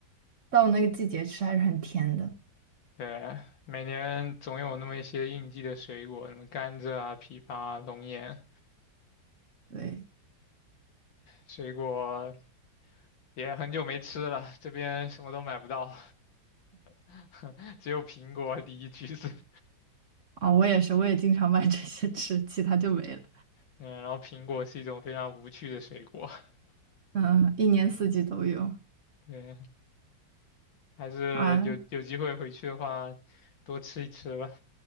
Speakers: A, on the right (about 50°); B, on the left (about 80°).
A: 到那个季节吃还是很甜的。
B: 对，每年总有那么一些应季的水果，什么甘蔗啊、枇杷啊、龙眼，
A: 对，
B: 水果也很久没吃了，这边什么都买不到，<laughs> 只有苹果、<laughs> 梨、橘子。<laughs>
A: 啊、我也是，我也经常买 <laughs> 这些吃，其他就没了。
B: 嗯，然后苹果是一种非常无趣的水果。
A: 嗯，一年四季都有
B: <laughs> 对，还是有有机会回去的话，
A: 啊。
B: 多吃一吃吧。